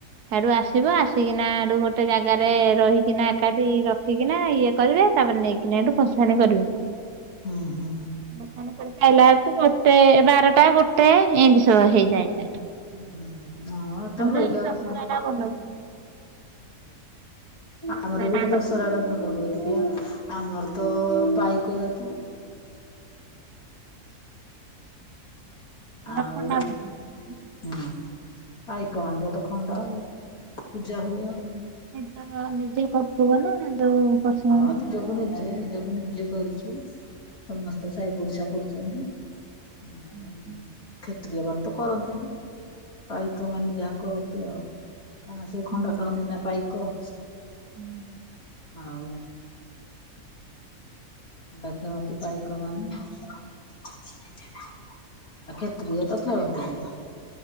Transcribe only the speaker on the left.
ହୁଁ ହୁଁ।
ହ ହ ହଁ ତ
ହୋଇଯାଉଛି
ହଁ।
ଆମର ବି ଗଟେ
ଦଶହରା ଟା ଭଲ ହୁଏ ଟିକେ ଆମର ତ ପାଇକ ଜ <inaudible>
ଆଉ।
ହୁଁ ଭାଇ କବାନ କ ଦ ଖଆନ୍ଦ ଆଉ ପୂଜା ହୁଏ ଆଉ।
ହଁ ନିଜକୁ ନିଜେ ନିଜକୁ ନିଜେ କରୁଛୁ ସମସ୍ତେ ଓଡ଼ିଶା କରୁଛନ୍ତି ନା
କ୍ଷେତୁରିୟ ମାନ ତ କରନ୍ତିନି ପାଇକ ମାନେ ଯାହା କରନ୍ତି ଆଉ। କଁ ସେ
ଖଣ୍ଡ ଖେଳନ୍ତିି ନା ପାଇକ।
ଆଉ ଖଣ୍ଡା ଖେଳନ୍ତି ପାଇକ ମାନେ କିଛି ନାଇଁ ଯା। ପାଇକ ଆଉ କ୍ଷେତ୍ରୀୟ ତ ଖେଳନ୍ତିନି।